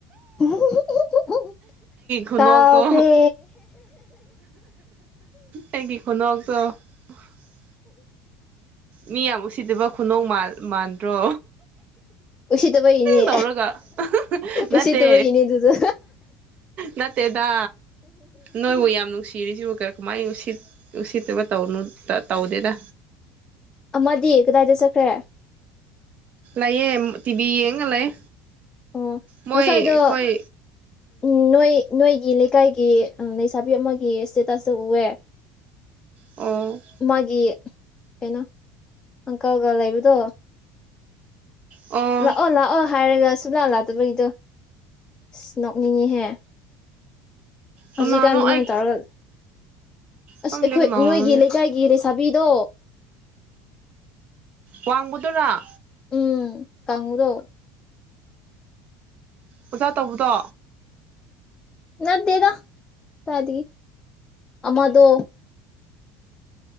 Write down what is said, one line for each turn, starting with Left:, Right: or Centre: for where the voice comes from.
Left: <inaudible>
Right: ꯈꯨꯅꯣꯛꯇꯣ
Left: ꯀꯥꯎꯈ꯭ꯔꯦ
Right: ꯑꯩꯒꯤ ꯈꯨꯅꯣꯛꯇꯣ <inaudible> ꯃꯤ ꯌꯥꯝ ꯎ ꯁꯤꯗꯕ ꯈꯨꯅꫭꯛ ꯃꯥꯟꯗ꯭ꯔꯣ
Left: ꯎꯁꯤꯠꯇꯕꯒꯤꯅꯦ
Right: ꯇꯧꯔꯒ ꯅꯠꯇꯦ
Left: ꯎꯁꯤꯠꯇꯕꯒꯤꯅꯦ ꯑꯗꯨꯗꯣ
Right: ꯅꯠꯇꯦꯗ ꯅꯣꯏꯕꯨ ꯌꯥꯝ ꯅꯨꯡꯁꯤ ꯆꯤꯔꯤꯁꯤꯕꯨ ꯀ ꯀꯃꯥꯏ ꯎꯁꯤꯠ ꯎꯁꯥꯠꯇꯕ ꯇꯧꯅ ꯇ ꯇꯧꯗꯦꯗꯥ
Left: ꯑꯃꯗꯤ ꯀꯗꯥꯏꯗ ꯆꯠꯈ꯭ꯔꯦ
Right: ꯑꯩꯌꯦꯝ ꯇꯤ ꯕꯤ ꯌꯦꯡꯉ ꯂꯩ
Left: ꯑꯣ
Right: ꯃꯣꯏ
Left: ꯉꯁꯥꯏꯗ
Right: ꯑꯩꯈꯣꯏ
Left: ꯎꯝ ꯅꯣꯏ ꯅꯣꯏꯒꯤ ꯂꯩ ꯂꯩꯀꯥꯏꯒꯤ ꯑ ꯂꯩꯁꯥꯕꯤ ꯑꯃꯒꯤ ꯁ꯭ꯇꯦꯇꯁꯇ ꯎꯑꯦ
Right: ꯑꯣ
Left: ꯃꯥꯒꯤ ꯀꯩꯅꯣ ꯑꯪꯀꯜꯒ ꯂꯩꯕꯗꯣ
Right: ꯑꯣ
Left: ꯂꯥꯛꯑꯣ ꯂꯥꯛꯑꯣ ꯍꯥꯏꯔꯒ ꯁꯨꯡꯂꯥꯛ ꯂꯥꯛꯗꯕꯒꯤꯗꯣ ꯁ ꯅꯣꯛꯅꯤꯡꯉꯤꯍꯦ ꯍꯧꯖꯤꯛꯀꯥꯟ
Right: ꯀꯅꯥꯅꯣ
Left: ꯑꯗꯨꯃꯥꯏꯅ
Right: ꯑꯩ
Left: ꯇꯧꯔ ꯑꯁ
Right: ꯈꯪꯗꯦ
Left: ꯑꯈꯣꯏ
Right: ꯀꯅꯥꯅꯣꯅꯦ
Left: ꯅꯣꯏꯒꯤ ꯂꯩꯀꯥꯏꯒꯤ ꯂꯩꯁꯥꯕꯤꯗꯣ
Right: ꯋꯥꯡꯕꯗꯨꯔꫭ
Left: ꯎꯝ ꯀꯪꯕꯗꯣ
Right: ꯑꯣꯖꯥ ꯇꯧꯕꯗꯣ
Left: ꯅꯠꯗꯦꯗ ꯀꯗꯥꯏꯗꯒꯤ ꯑꯃꯗꯣ